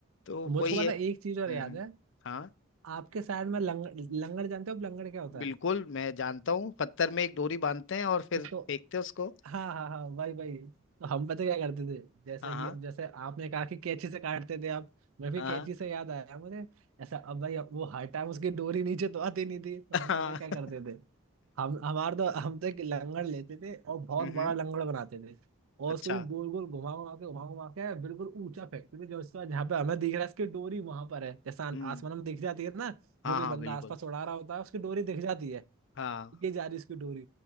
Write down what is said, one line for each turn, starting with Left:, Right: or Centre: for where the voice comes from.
Left: तो
Right: मुझको
Left: वही
Right: पता
Left: है
Right: है एक चीज और
Left: हम्म
Right: याद
Left: हम्म।
Right: है
Left: हाँ
Right: आपके साइड में लंगड़ लंगड़ जानते हो आप लंगड़ क्या होता
Left: बिल्कुल
Right: है
Left: मैं जानता हूँ पत्थर में एक डोरी बांधते हैं और फिर
Right: तो
Left: फेंकते हैं उसको
Right: हाँ हाँ हाँ भाई भाई तो हम पता क्या करते थे जैसे
Left: हाँ हाँ
Right: कि अब जैसे आपने कहा कि कैंची से काटते थे आप मैं भी
Left: हाँ
Right: कैंची से याद आया मुझे ऐसा अब भाई अब वो हर टाइम उसकी डोरी नीचे तो आती नहीं थी तो
Left: हाँ
Right: हम पता क्या
Left: <laughs>
Right: करते थे हम हमारे तो हम तो एक लंगड़ लेते थे और बहुत
Left: हम्म
Right: बड़ा लंगड़ बनाते थे और
Left: अच्छा
Right: उसको यूं गोल गोल घुमा घुमा के घुमा घुमा के बिल्कुल ऊंचा फेंकते थे जो उसका जहाँ पे हमें दिख रहा है उसकी डोरी वहां पर है जैसा
Left: हम्म
Right: आसमान में दिख जाती है ना
Left: हाँ
Right: जो कोई
Left: हाँ
Right: बंदा
Left: बिल्कुल
Right: आसपास उड़ा रहा होता है उसकी डोरी दिख जाती है
Left: हाँ
Right: ये जा रही उसकी डोरी